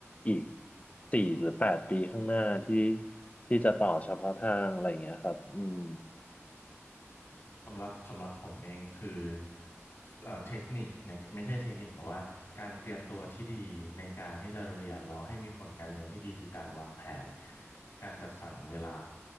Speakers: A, on the left (about 30°); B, on the left (about 60°).
A: อีกสี่หรือแปดปีข้างหน้าที่ที่จะต่อเฉพาะทางอะไรอย่างเงี้ยครับอืม
B: สำหรับสำหรับผมเองคือเอ่อเทคนิคเนี่ยไม่ใช่เทคนิคแต่ว่าการเตรียมตัวที่ดีในการที่จะเรียนแล้วให้มีผลการเรียนที่ดีคือการวางแผนการจัดสรรเวลา